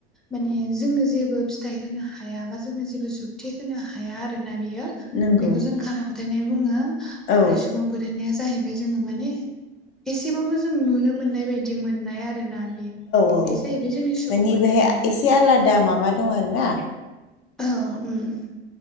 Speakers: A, in the centre; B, on the left.
A: माने जोंनो जेबो फिथाय होनो हाया बा जोंनो जेबो जुखथि होनो हाया आरोना बियो
B: नंगौ
A: बेखौ जों खाना फोथायनाय बुङो
B: औ
A: अमफ्राय सुबुं फोथायनाया जाहैबाय जोङो माने एसेबाबो जों नुनो मोननाय बायदि मोननाय आरोना बे
B: औ
A: बे जाहैबाय जोंनि सुबुं
B: माने
A: फोथायनाय
B: बेहाय एसे आलादा माबा दं आरोना
A: औ ओम ओम